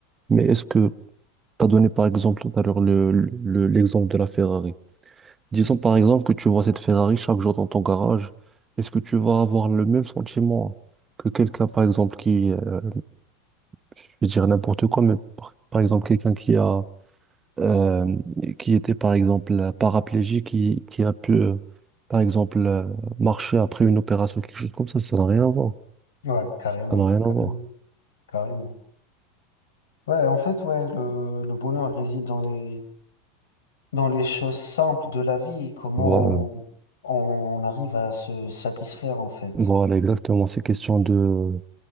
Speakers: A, on the right (about 25°); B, on the left (about 75°).
A: Mais est-ce que tu as donné par exemple tout à l'heure le, le- l'exemple de la Ferrari? Disons par exemple que tu vois cette Ferrari chaque jour dans ton garage. Est-ce que tu vas avoir le même sentiment que quelqu'un, par exemple, qui, euh, je vais dire n'importe quoi, mais par, par exemple, quelqu'un qui a euh, qui était par exemple euh, paraplégique, qui, qui a pu, euh, par exemple, euh, marcher après une opération, quelque chose comme ça, ça n'a rien à voir.
B: Ouais, carrément,
A: Ça n'a rien à
B: carrément,
A: voir.
B: carrément. Ouais, en fait, ouais, le, le bonheur réside dans les dans les choses simples de la vie, comment
A: Voilà.
B: on arrive à se satisfaire en fait.
A: Voilà, exactement. C'est question de